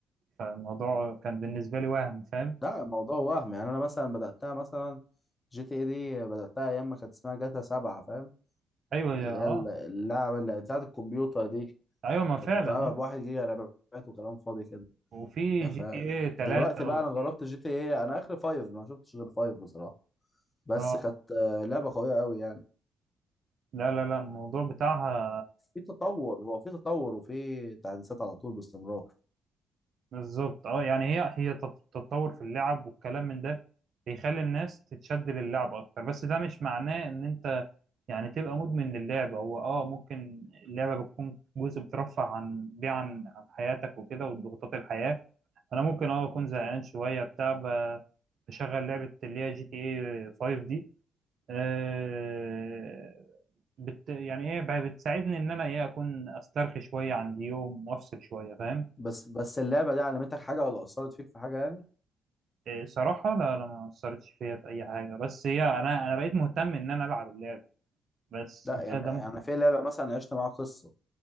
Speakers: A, on the right; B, on the left.
A: فالموضوع كان بالنسبة لي وهم فاهم
B: لا الموضوع وهم يعني انا مثلا بداتها مثلا جي تي اي دي بداتها ايام ما كانت اسمها جاتا سبعة فاهم
A: أيوه يا-
B: اللي هي
A: أه
B: اللعبه اللي بتاعت الكمبيوتر دي
A: أيوه ما فعلا
B: كنت بتلعبها
A: آه.
B: بواحد جيجا رامات وكلام فاضي كده
A: وفي
B: يعني
A: جي
B: ف
A: تي ايه 3
B: دلوقتي بقى
A: وفي
B: انا جربت جي تي اي انا اخر فايف ما شفتش غير فايف بصراحه بس
A: اه
B: كانت آه، لعبه قويه قوي يعني
A: لا لا لا الموضوع بتاعها
B: في تطور هو في تطور وفي تحديثات على طول باستمرار
A: بالظبط اه يعني هي هي تط- تتطور في اللعب والكلام من ده بيخلي الناس تتشد للعب اكتر بس ده مش معناه ان انت يعني تبقى مدمن للعبة هو اه ممكن اللعبة بتكون جزء بترفع عن بيه عن عن حياتك وكده وضغوطات الحياة انا ممكن اه اكون زهقان شوية بتاع ب- بشغل لعبة اللي هي جي تي ايه 5 دي آه، بت يعني ايه ب- بتساعدني ان انا ايه اكون استرخي شويه عن اليوم وافصل شويه فاهم
B: بس بس اللعبه دي علمتك حاجه ولا اثرت فيك في حاجه يعني
A: إيه صراحه لا لا ما اثرتش فيا في اي حاجه بس هي انا انا بقيت مهتم ان انا العب اللعب بس
B: لا
A: ده
B: يعني
A: ده
B: انا
A: م...
B: في لعبه مثلا عشت معاها قصه